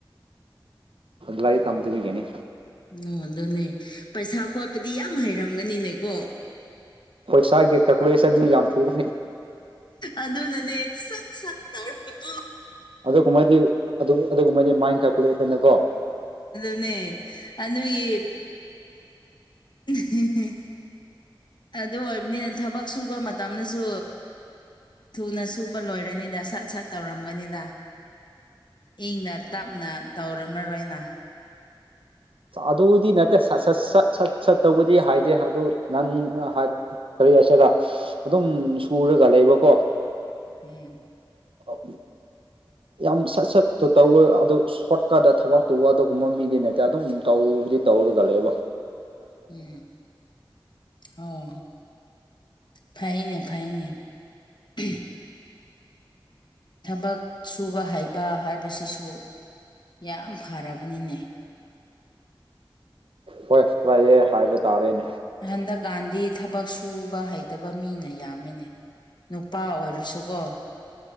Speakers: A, on the right; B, on the left.
A: ꯂꯥꯏꯔꯤꯛ ꯇꯝꯗꯕꯤꯒꯤꯅꯤ
B: ꯑꯣ ꯑꯗꯨꯅꯦ ꯄꯩꯁꯥ ꯈꯣꯠꯄꯗꯤ ꯌꯥꯝ ꯍꯩꯔꯝꯒꯅꯤꯅꯦꯀꯣ
A: ꯄꯩꯁꯥꯒꯤ ꯀꯥꯜꯀꯨꯂꯦꯁꯟꯗꯤ ꯌꯥꯝ ꯊꯨꯕꯅꯤ
B: ꯑꯗꯨꯅꯅꯦ ꯁꯠ ꯁꯠ ꯇꯧꯔꯒ ꯀꯣ
A: ꯑꯗꯨꯒꯨꯝꯕꯗꯤ ꯑꯗꯨꯒꯨꯝꯕꯗꯤ ꯃꯥꯏꯟ ꯀꯥꯜꯀꯨꯂꯦꯇꯔꯅꯀꯣ
B: ꯑꯗꯨꯅꯦ ꯑꯗꯨꯒꯤ ꯍꯤꯍꯤꯍꯤ ꯑꯗꯨ ꯑꯣꯏꯕ ꯅꯤꯅ ꯊꯕꯛ ꯁꯨꯕ ꯃꯇꯝꯗꯁꯨ ꯊꯨꯅ ꯁꯨꯕ ꯂꯣꯏꯔꯅꯤꯗ ꯁꯠ ꯁꯠ ꯇꯧꯔꯝꯒꯅꯤꯗ ꯏꯪꯅ ꯇꯞꯅ ꯇꯧꯔꯝꯂꯔꯣꯏ ꯅꯪ
A: ꯑꯗꯨꯗꯤ ꯅꯠꯇꯦ ꯁꯠ ꯁꯠ ꯁꯠ ꯁꯠ ꯁꯠꯇꯧꯕꯗꯤ ꯍꯥꯏꯗꯦ ꯑꯗꯨ ꯅ ꯀꯔꯤ ꯀꯩ ꯍꯥꯏꯁꯤꯔ ꯑꯗꯨꯝ ꯁꯨꯔꯒ ꯂꯩꯕꯀꯣ
B: ꯎꯝ
A: ꯑꯣ ꯌꯥꯝ ꯁꯠ ꯁꯠꯇꯨ ꯇꯧꯕ ꯑꯗꯨ ꯁꯣꯔꯠꯀꯠꯇ ꯊꯕꯛ ꯇꯧꯕ ꯑꯗꯨꯒꯨꯝꯕ ꯃꯤꯗꯤ ꯅꯠꯇꯦ ꯑꯗꯨꯝ ꯇꯧꯕ ꯗꯤ ꯇꯧꯔꯒꯂꯩꯕ
B: ꯎꯝ ꯑꯣ ꯐꯩꯅꯦ ꯐꯩꯅꯦ <unintelligible> ꯊꯕꯛ ꯁꯨꯕ ꯍꯩꯕ ꯍꯥꯏꯕꯁꯤꯁꯨ ꯌꯥꯝ ꯐꯔꯕꯅꯤꯅꯦ
A: ꯍꯣꯏ ꯐꯩꯌꯦ ꯍꯥꯏꯕ ꯇꯥꯔꯦꯅꯦ
B: ꯍꯟꯗꯛꯀꯥꯟꯗꯤ ꯊꯕꯛ ꯁꯨꯕ ꯍꯩꯇꯕ ꯃꯤꯅ ꯌꯥꯝꯃꯤꯅꯦ ꯅꯨꯄꯥ ꯑꯣꯏꯔꯁꯨꯀꯣ